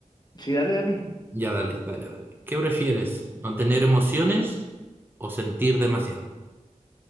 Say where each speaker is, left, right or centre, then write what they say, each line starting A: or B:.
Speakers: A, on the left; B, on the right.
A: Sí, dale, dale.
B: Ya, dale, dale, dale. ¿Qué prefieres? ¿No tener emociones o sentir demasiado?